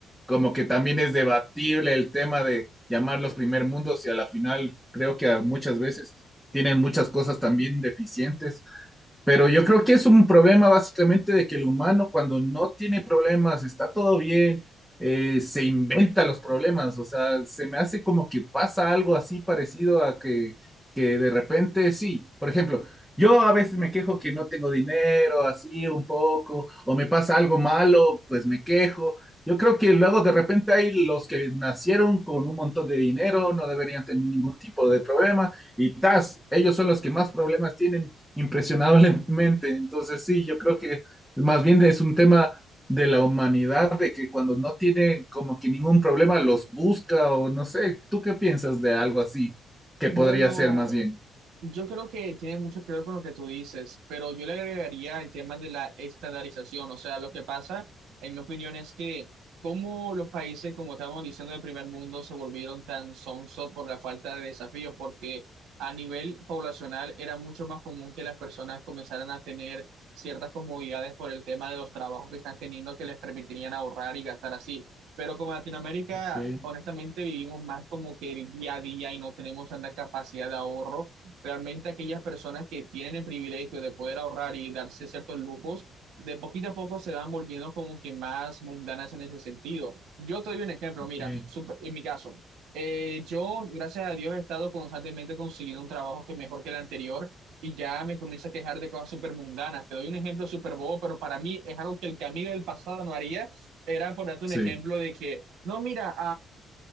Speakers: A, in the centre; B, on the right.
A: como que también es debatible el tema de llamarlos primer mundos y a la final creo que a muchas veces tienen muchas cosas también deficientes pero yo creo que es un problema básicamente de que el humano cuando no tiene problemas, está todo bien, eh, se inventa los problemas. O sea, se me hace como que pasa algo así parecido a que, que de repente sí. Por ejemplo, yo a veces me quejo que no tengo dinero, así un poco, o me pasa algo malo, pues me quejo. Yo creo que luego de repente hay los que nacieron con un montón de dinero, no deberían tener ningún tipo de problema, y tas, ellos son los que más problemas tienen impresionablemente. Entonces, sí, yo creo que más bien es un tema de la humanidad, de que cuando no tiene como que ningún problema los busca o no sé, ¿tú qué piensas de algo así que
B: Bueno.
A: podría ser más bien?
B: Yo creo que tiene mucho que ver con lo que tú dices, pero yo le agregaría el tema de la estandarización. O sea, lo que pasa, en mi opinión, es que como los países, como estábamos diciendo, del primer mundo se volvieron tan sonsos por la falta de desafíos, porque a nivel poblacional era mucho más común que las personas comenzaran a tener ciertas comodidades por el tema de los trabajos que están teniendo que les permitirían ahorrar y gastar así. Pero como Latinoamérica,
A: okay
B: honestamente, vivimos más como que el día a día y no tenemos tanta capacidad de ahorro Realmente aquellas personas que tienen el privilegio de poder ahorrar y darse ciertos lujos, de poquito a poco se van volviendo como que más mundanas en ese sentido. Yo te doy un ejemplo,
A: okay
B: mira, sup- en mi caso, eh, yo, gracias a Dios, he estado constantemente consiguiendo un trabajo que es mejor que el anterior y ya me comienzo a quejar de cosas súper mundanas. Te doy un ejemplo súper bobo, pero para mí es algo que el camino del pasado no haría. Era por darte
A: sí,
B: un ejemplo de que, no, mira,